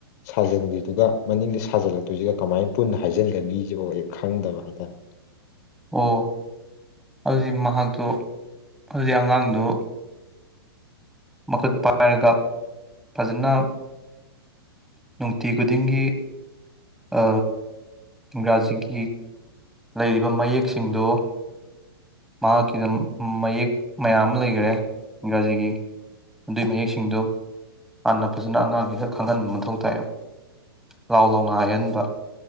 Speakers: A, on the left (about 45°); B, in the centre.
A: ꯁꯥꯖꯤꯟꯒꯤꯗꯨꯒ ꯃꯅꯤꯡꯗ ꯁꯥꯖꯤꯜꯂꯛꯇꯣꯏꯁꯤꯒ ꯀꯃꯥꯏꯅ ꯄꯨꯟꯅ ꯍꯥꯏꯖꯤꯟꯒꯅꯤꯁꯦꯕꯦꯛ ꯈꯪꯗꯕ ꯍꯥꯏꯇꯥꯔꯦ
B: ꯑꯣ ꯑꯗꯨ ꯃꯍꯥꯛꯇꯣ ꯑꯗꯨ ꯑꯉꯥꯡꯗꯣ ꯃꯈꯨꯠ ꯄꯥꯏꯔꯒ ꯐꯖꯅ ꯅꯨꯡꯇꯤ ꯈꯨꯗꯤꯡꯒꯤ ꯑ ꯏꯪꯒ꯭ꯔꯥꯖꯤꯒꯤ ꯂꯩꯔꯤꯕ ꯃꯌꯦꯛꯁꯤꯡꯗꯣ ꯃꯍꯥꯛꯀꯤꯗ ꯃꯌꯦꯛ ꯃꯌꯥꯝ ꯑꯃ ꯂꯩꯈꯔꯦ ꯏꯪꯒ꯭ꯔꯥꯖꯤꯒꯤ ꯑꯗꯨꯏ ꯃꯌꯦꯛꯁꯤꯡꯗꯣ ꯍꯥꯟꯅ ꯐꯖꯅ ꯑꯉꯥꯡꯁꯤꯗ ꯈꯪꯍꯟꯕ ꯃꯊꯧ ꯇꯥꯏꯌꯦꯕ ꯂꯥꯎ ꯂꯥꯎꯅ ꯍꯥꯏꯍꯟꯕ